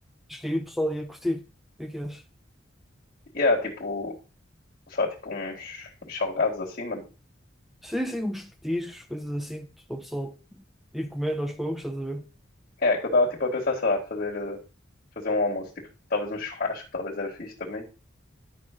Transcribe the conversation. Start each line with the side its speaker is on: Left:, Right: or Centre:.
Centre: Acho que aí o pessoal ia curtir. O que é que achas?
Left: E há tipo, só tipo uns, uns salgados assim, mano.
Centre: Sim, sim, uns petiscos, coisas assim, para o pessoal ir comendo aos poucos, estás a ver?
Left: É, que eu estava tipo a pensar, sei lá, fazer, eh, fazer um almoço, tipo, talvez um churrasco, talvez era fixe também.